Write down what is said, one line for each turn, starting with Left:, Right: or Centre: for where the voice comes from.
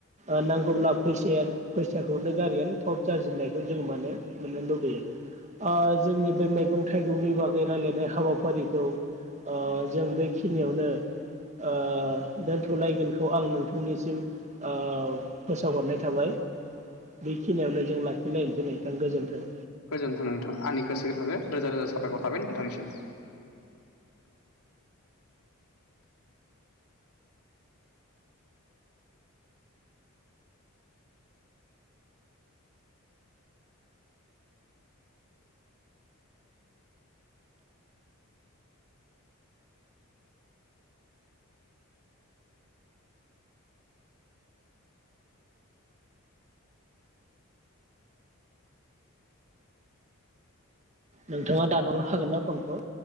Right: ओ-नांगौब्ला। फैसा फैसाखौनो गारगोन। थब जाजेननायखौ जोङो माने मोननो लुुबैयो ओ जोंनि बे मैगं थाइगंनि बागै रायलायनाय हाबाफारिखौ। ओ-जों बेखिनियावनो ओ- दोनथलायगोनखौ आं नोंथांनिसिम ओ- फोसावहरनाय थाबाय बेखिनियावनो जों लाखिलायनोसै नोंथां गोजोन्थों।
Left: गोजोनथों नोंथां आंनि गोसो गोरबोनिफ्राय रोजा रोजा साबायखर। फाब <inaudible> नोंथांनिसिम
Right: नोंथाङा दानहरनो हागोन ना फनखौ।